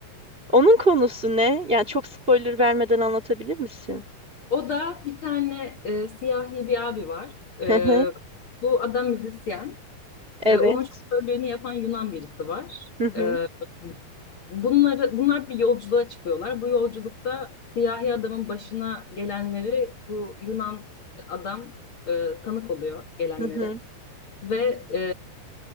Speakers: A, on the right; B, on the left.
A: Onun konusu ne? Yani çok spoiler vermeden anlatabilir misin?
B: O da bir tane e, siyahi bir abi var. Ee,
A: Hı hı.
B: bu adam müzisyen.
A: Evet.
B: E, onun şoförlüğünü yapan Yunan birisi var.
A: Hı hı.
B: E, bunları, bunlar bir yolculuğa çıkıyorlar. Bu yolculukta siyahi adamın başına gelenleri bu Yunan adam e, tanık oluyor gelenlere.
A: Hı hı.
B: Ve e,